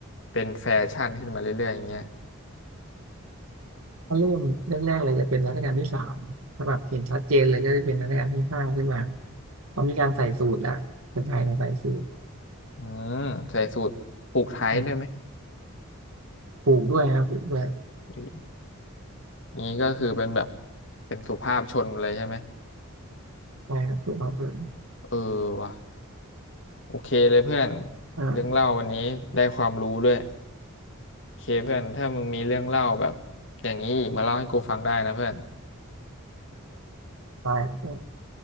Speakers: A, on the left; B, on the right.
A: เป็นแฟชั่นขึ้นมาเรื่อยๆเงี้ย
B: ก็เริ่มแรกๆเลยจะเป็นรัชกาลที่สามถ้าแบบเห็นชัดเจนเลยก็จะเป็นรัชกาลที่ห้าขึ้นมาพอมีการใส่สูทแล้วคนไทยเนี่ยใส่สูท
A: อืมใส่สูทผูกไทด้วยไหม
B: อืมผูกด้วยครับผูกด้วย
A: อยนี้ก็คือเป็นแบบเป็นสุภาพชนเลยใช่ไหม
B: ใช่ครับผูกาเปลือ
A: เออว่ะโอเคเลยเพื่อน
B: อ่า
A: เรื่องเล่าวันนี้ได้ความรู้ด้วย โอเคเพื่อนถ้ามึงมีเรื่องเล่าแบบอย่างนี้อีกมาเล่าให้กูฟังได้นะเพื่อน
B: ใช่ครับ